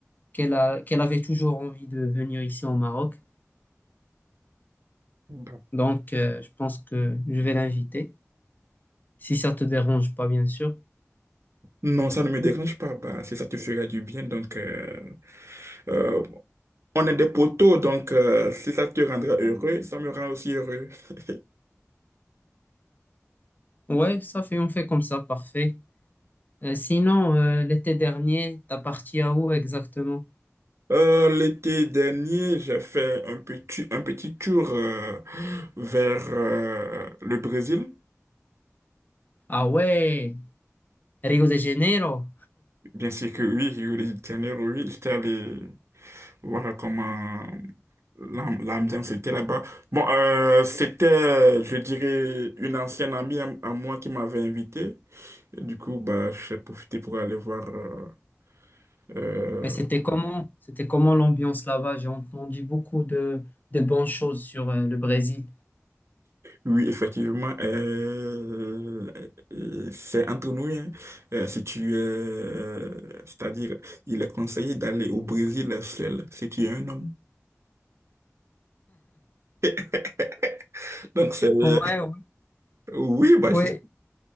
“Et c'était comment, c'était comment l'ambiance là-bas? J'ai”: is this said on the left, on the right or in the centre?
Left